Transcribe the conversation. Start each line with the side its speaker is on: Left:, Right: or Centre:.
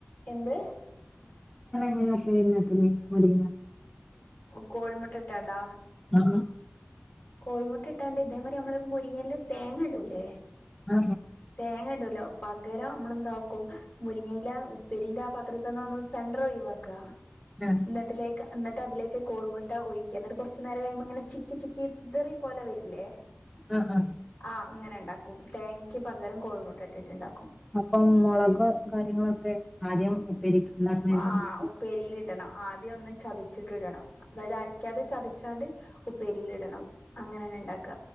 Left: എന്ത്?
Centre: <unintelligible> മുരിങ്ങ
Left: <unintelligible> കോഴിമുട്ട ഇട്ടാണ്ടാ?
Centre: ആ
Left: കോഴിമുട്ട ഇട്ടാണ്ട് ഇതേ മരി മ്മള് മുരിങ്ങല് തേങ്ങ ഇടൂല്ലേ.
Centre: ആ
Left: തേങ്ങ <unintelligible> പകരം മ്മള് ന്താക്കും മുരിങ്ങയില ഉപ്പേരിന്റെ ആ പാത്രത്തിൽനിന്ന് സെന്റർ ഒഴിവാക്ക.
Centre: ആ ആ
Left: ന്ന്ട്ട്തിലേക്ക് ന്നട്ട് അതിലേക്ക് കോഴിമുട്ട ഒഴിക്ക്യ ന്നട്ട് കൊർച്നേരം കഴിയുമ്പോ ങ്ങനെ ചിക്കി ചിക്കി ചി ദേറി പോലെ വരില്ലേ
Centre: അ ആ.
Left: ആ അങ്ങനെ ണ്ടാക്കും തേങ്ങക്ക് പകരം കോഴിമുട്ട ഇട്ടിട്ടുണ്ടാക്കും.
Centre: അപ്പം മുളക് കാര്യങ്ങളൊക്കെ ആദ്യം ഉപ്പേരി ഉണ്ടാക്കുന്നതിന്
Left: ആ
Centre: മുമ്പ്
Left: ഉപ്പേരിയിൽ ഇടണം. ആദ്യ ഒന്ന് ചതച്ചിട്ട് ഇടണം അതായത് അരക്കാതെ ചതച്ചാണ്ട് ഉപ്പേരിൽ ഇടണം അങ്ങനെ. ണ്ടാക്ക